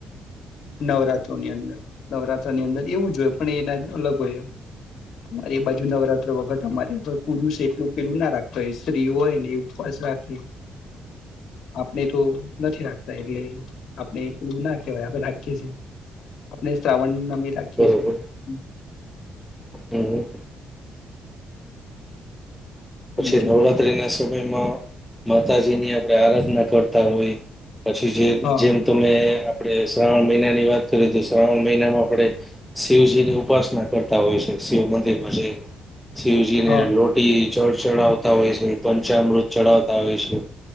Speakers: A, on the left (about 65°); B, in the centre.
A: નવરાત્રોની અંદર નવરાત્રની અંદર એવું જ હોય પણ એના અલગ હોય અ એ બાજુ નવરાત્ર વખત અમારે પુરુષ એટલું પેલું ના રાખું તો સ્ત્રી હોયને ઉપવાસ રાખી. આપણે તો નથી રાખતા એટલે આપણે પલું ના કહેવાય આપણે રાખીએ છીએ આપણે શ્રાવણ કી રાખીએ
B: બરોબર
A: છી.
B: હમ. પછી
A: બીજું
B: નવરાત્રીના
A: કઈ
B: સમયમાં માતાજીની આપણે આરાધના કરતા હોય. પછી જે
A: હા
B: જેમ તમે આપણે શ્રાવણ મહિના ની વાત કરીએ, તો શ્રાવણ મહિનામાં આપણે શિવજી ની ઉપાસના કરતા હોય છે. શિવ મંદિરમાં જાયને. શિવજીને
A: હા
B: લોટી જળ ચડાવતા હોય છે, પંચામૃત ચડાવતા હોય છે.